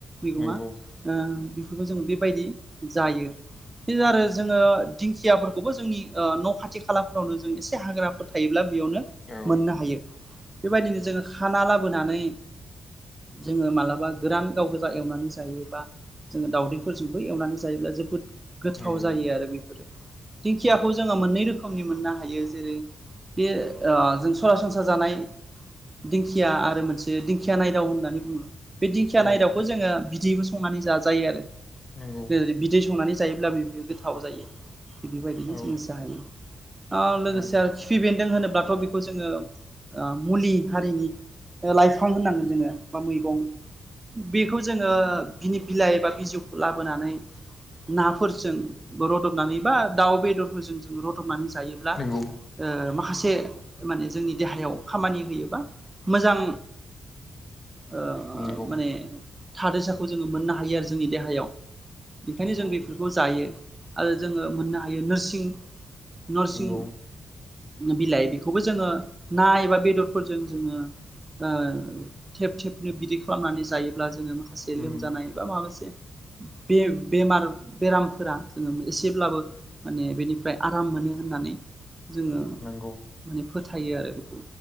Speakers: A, on the right; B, on the left.
A: मैगंङा
B: नंगौ
A: बेफोरखौ जोङो बेबायदि जायो‌। <unintelligible> आरो जोङो दिंखियाफोरखौबो जोंनि ओ न' खाथि खालाफोरावनो जों इसे हाग्राफोर थायोब्ला बेयावनो
B: औ
A: मोननो हायो। बेबायदिनो जोङो खाना लाबोनानै जोङो मालाबा गोरान गाव गोजा एवनानै जायोबा जोङो दावदैफोरजोंबो एवनानै जायोब्ला जोबोद गोथाव
B: नंगौ
A: जायो आरो बिफोरो। दिंखियाखौ
B: औ
A: जोङो मोननै रोखोमनि मोननो हायो। जेरै बे ओ जों सरासनस्रा जानाय दिंखिया आरो मोनसे दिंखिया नायदाव होननानै बुङो। बे दिंखिया
B: औ
A: नायदावखौ जोङो बिदैबो संनानै जाजायो आरो।
B: नंगौ
A: जेरै बिदै संनानै जायोब्लाबो बि गोथाव जायो। थिग बेबायदिनो
B: औ
A: जों जायो ओ लोगोसे
B: नंगौ
A: आरो फि बेन्दों होनोब्लाथ' बिखौ जोङो ओ मुलि हारिनि ओ लाइफां होननांगोन जोङो बा मैगं। बेखौ जोङो बिनि बिलाइ एबा बिजौखौ लाबोनानै नाफोरजों रदबनानै बा दाउ बेदरफोरजों जों रदबनानै जायोब्ला
B: नंगौ
A: ओ माखासे माने जोंनि देहायाव खामानि होयो। मोजां ओ
B: नंगौ
A: माने थादोसाखौ जोङो मोननो हायो आरो जोंनि देहायाव, बिखायनो
B: नंगौ
A: जों बिफोरखौ जायो। आरो जोङो मोननो हायो नोरसिं नरसिं
B: नंगौ
A: बिलाइ बिखौबो जोङो ना एबा बेदर फोरजों जोङो ओ थेब थेबनो बिदि खालामनानै जायोब्ला जोङो से लोमजानाय
B: उम
A: बा माबासे बे बेमार बेरामफोरा जोङो एसेब्लाबो माने बेनिफ्राय आराम मोनो होननानै जोङो
B: नंगौ
A: माने फोथायो आरो बेखौ